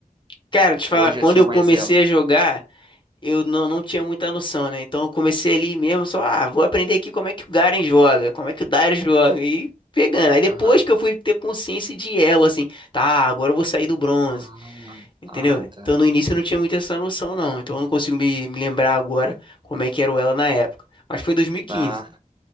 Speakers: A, on the left; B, on the right.
A: Cara, te falar,
B: Ou já
A: quando
B: tinha
A: eu
B: mais
A: comecei
B: ela?
A: a jogar. eu não, não tinha muita noção, né? Então eu comecei ali mesmo, só, ah, vou aprender aqui como é que o Garen joga, como é que o Darius joga, e pegando. Aí depois
B: Aham.
A: que eu fui ter consciência de elo, assim, tá, agora eu vou sair do bronze,
B: Ah,
A: entendeu?
B: ah,
A: Então
B: tá.
A: no início eu não tinha muito essa noção, não. Então eu não consigo me, me lembrar agora como é que era o elo na época. Mas foi 2015.
B: Ah,